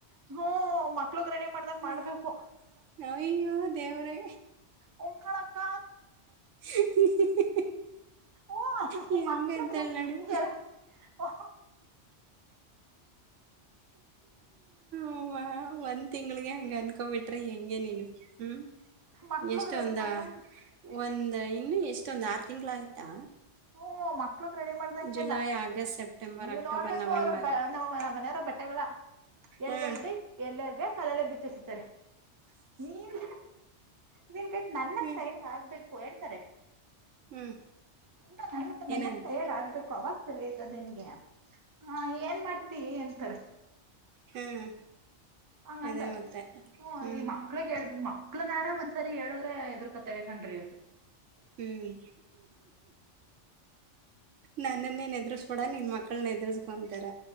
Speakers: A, on the right; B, on the right.
A: ಹ್ಮ ಮಕ್ಳಗ್ ರೆಡಿ ಮಾಡ್ದಂಗ ಮಾಡ್ಬೇಕು
B: ಇವ ಅಯ್ಯೋ ದೇವ್ರೇ
A: ಹ್ಮ್ ಕಣಕ್ಕ
B: <inaudible>
A: ಓ
B: ಹೆಂಗಂತಳ್
A: ಮಕ್ಳತ್ ಹ
B: ನೋಡು ಅವ್ವ ಒಂದ್ ತಿಂಗ್ಗೆ ಹಂಗ ಅನ್ಕೊಬ ಬಿಟ್ರಿ ಹೆಂಗೇನಲ್ ಹ್ಮ್
A: ಮಕ್ಳಗ್
B: ಎಷ್ಟ
A: ರೆಡಿ
B: ಒಂದ
A: ಮಾಡ್ದಂಗ
B: ಒಂದ್ ಇನ್ನು ಎಷ್ಟ ಇತ್ತೊಂದು ಆರು ತಿಂಗಳು ಆಯ್ತಾ
A: ಹ್ಮ ಮಕ್ ಮಕ್ಳಗ್ ರೆಡಿ ಮಾಡ್ದಂಗೆನ
B: ಜುಲೈ ಆಗಸ್ಟ್ ಸೆಪ್ಟೆಂಬರ್
A: ನೀವ್
B: ಅಕ್ಟೋಬರ್
A: ನೋಡ್ಬೇಕು
B: ನವೆಂಬರ್
A: ಅವ್ರವ ನಮ್ಮ ಮನೆಯರ ಬ ಬೆಟ್ಟೆಗಳ ಎಲ್ಲೆಲ್
B: ಹಾ
A: ಬೀ ಎಲ್ಲೆಲ್ ಬ ಕಲ್ಲಲೆ ಬೀಚ್ಸತಾರೆ ನೀನ್ ನಿನ್ಗಟ್ ನನ್ನಂತ
B: ಹ್ಮ
A: ಆಗ್ಬೇಕು ಹೇಳ್ತಾರೆ
B: ಹ್ಮ್
A: ಇ ನ ನಂದನ್
B: ಏನಂತ
A: ಟಯಾರ್ಡ್ ಆಗ್ಬೇಕು ಅವಾಗ ಸರಿ ಆಯತದೆ ನಿನ್ಗೆ ಹಾ ಏನ್ ಮಾಡ್ತಿ ಎಂತಾರೆ
B: ಹ್ಮ್
A: ಹಂಗಂತಾರೆ
B: ಅದೇ ಮತ್ತೆ
A: ಹ್ಮ ಅ
B: ಹ್ಮ್
A: ರೀ ಮಕ್ಳು ಹೇಳ ಮಕ್ಳ ನಾರ ಒಂದ ಸರಿ ಹೇಳದ್ರೆ ಎದು್ರಕತೇವೆ ಕನ್್ರಿ ಅಂತ
B: ಹ್ಮ್ ನನ್ನನ್ನೇ ನ ಎದ್ರಿಸಬಿಡ ನಿನ್ ಮಕ್ಕ ಮಕ್ಕಳನ್ನ ಎದುರಿಸಸ್ಕೊಂತಾರ